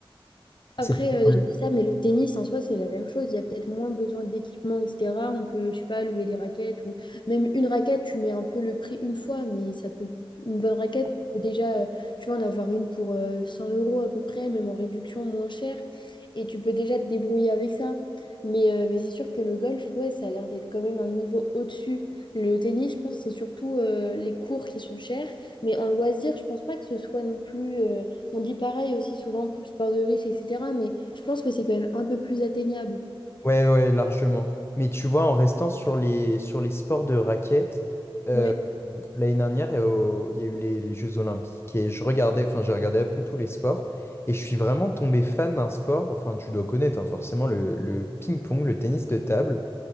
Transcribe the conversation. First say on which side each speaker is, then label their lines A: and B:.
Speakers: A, on the left; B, on the left.
A: après,
B: C'est pas
A: euh,
B: bleu.
A: je dis ça, mais le tennis en soi, c'est la même chose. Il y a peut-être moins besoin d'équipement, etc. On peut, je sais pas, louer des raquettes ou même une raquette, tu mets un peu le prix une fois, mais ça peut, une bonne raquette, tu peux déjà, euh, tu vas en avoir une pour euh, 100 euros à peu près, même en réduction moins cher Et tu peux déjà te débrouiller avec ça. Mais, euh, mais c'est sûr que le golf, ouais, ça a l'air d'être quand même un niveau au-dessus. Le tennis, je pense, c'est surtout euh, les cours qui sont chers. Mais en loisir, je pense pas que ce soit non plus. euh, on dit pareil aussi souvent pour le sport de riche, etc. Mais je pense que c'est quand même un peu plus atteignable.
B: Ouais, ouais, largement. Mais tu vois, en restant sur les, sur les sports de raquettes, euh,
A: Ouais.
B: l'année dernière, euh, au- il y a eu les, les Jeux Olympiques et je regardais, enfin, j'ai regardé un peu tous les sports et je suis vraiment tombé fan d'un sport, enfin, tu dois connaître hein, forcément le, le ping-pong, le tennis de table,